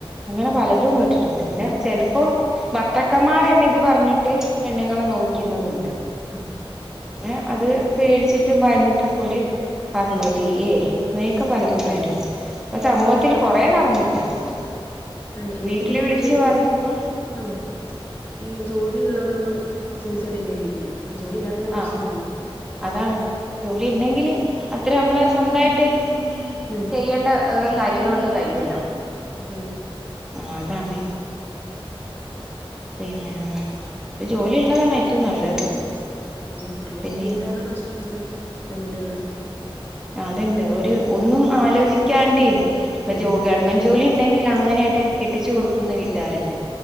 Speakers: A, in the centre; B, on the left (about 20°).
A: അങ്ങനെ പലതും കേട്ടിട്ട്ണ്ട് പിന്നെ ചെലപ്പോ ഭത്തക്കാമ്മാരന്നെ ഇത് പറഞ്ഞിട്ട് പെണ്ണുങ്ങളെ നോവിക്കുന്നതൂണ്ട്
B: ഉം
A: പിന്നെ അത് പേടിച്ചിട്ടും ഭയന്നിട്ടൊക്കെ ഒരു അത് മതിയേ പലതും ഉണ്ടായിട്ടുണ്ട് അപ്പൊ സമൂഹത്തിൽ കൊറെ നടന്നീണ്ട് അതൊക്കെ
B: അതെ എനിക്ക്
A: വീട്ടില്
B: തോന്നുന്നത്
A: വിളിച്ച് പറയുമ്പോ
B: ആഹ് ഈ ജോലി ഉള്ളവരൊന്നും സൂയിസൈഡ് ചെയ്യാൻനിക്കില്ല ജോലി ഇല്ലാത്തതിന്റെ പ്രശ്നാണ്
A: ആഹ് അതാണ് ജോലി ഇണ്ടെങ്കില് അത്ര നമ്മള് സ്വന്തായിട്ട്
B: ഉം
A: ചെയ്യേണ്ട ഹ് കാര്യങ്ങളൊക്കെ കഴിയല്ലോ
B: ആ കഴിയും
A: ആഹ് അതാണെ
B: ഉം
A: പിന്ന ഒരു ജോലി ഉള്ളതാണ് ഏറ്റവും നല്ലത്
B: അതെ പിന്നെ കൊറെേയൊക്കെ
A: പിന്നെ
B: വീട്ടുകരുടെ പ്രശ്നമുണ്ട് പെൺകുട്ടികൾടെ
A: അതിണ്ട് ഒരു ഒന്നും ആലോചിക്കാണ്ടേ ഇപ്പ
B: ഉം
A: ജോ ഗവൺമെന്റ് ജോലി ഉണ്ടെങ്കിൽ അങ്ങനെയാട്ട് കെട്ടിച്ചു കൊടുക്കുന്ന വീട്ടുകാരുണ്ട്